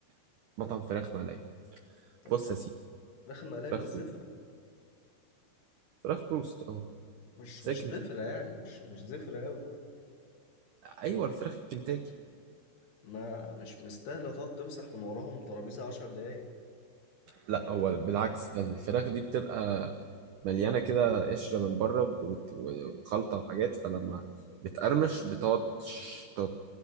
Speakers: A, on the right; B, on the left.
A: مطعم فراخ مقلية
B: طب
A: بص يا سيدي
B: فراخ المقلية
A: فراخ
B: مش زفرة
A: بروست فراخ بروست اه
B: مش
A: زي
B: مش
A: كنتاكي
B: زفرة يعني مش مش زفرة أوي
A: أيوة الفراخ الكنتاكي
B: ما مش مستاهلة تقعد تمسح من وراهم ترابيزة عشر دقايق
A: لا هو بالعكس ده الفراخ دي بتبقى مليانة كده قشرة من بره وت- وخلطة وحاجات فلما بتقرمش بتقعد تش- تقعد-